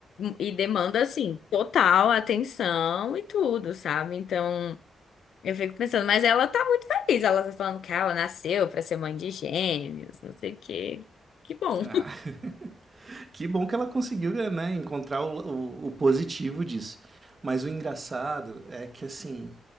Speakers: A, on the left; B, on the right.
A: E demanda, assim, total atenção e tudo, sabe? Então, eu fico pensando, mas ela tá muito feliz. Ela tá falando que ela nasceu pra ser mãe de gêmeos, não sei o quê. Que bom.
B: Ah, <laughs> que bom que ela conseguiu né, encontrar o, o, o positivo disso. Mas o engraçado é que assim,